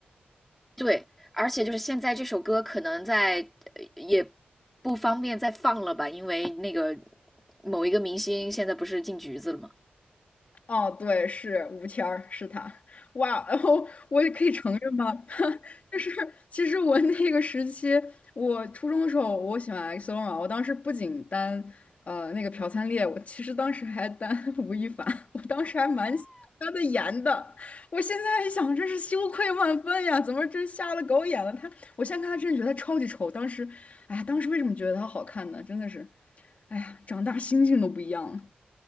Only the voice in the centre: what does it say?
对，而且就是现在这首歌可能在呃也不方便再放了吧，因为那个某一个明星现在不是进局子了吗？